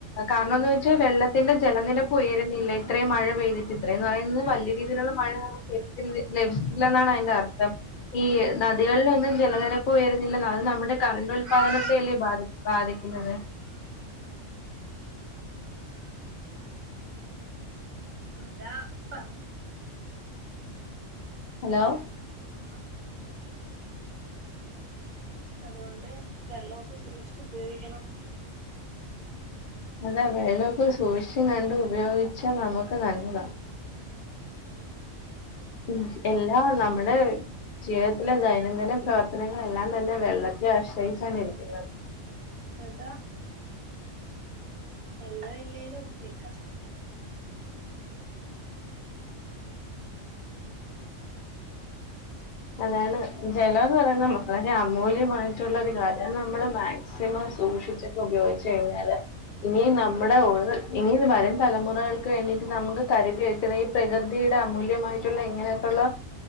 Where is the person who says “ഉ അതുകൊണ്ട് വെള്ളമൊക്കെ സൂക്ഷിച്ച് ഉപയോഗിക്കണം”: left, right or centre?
Right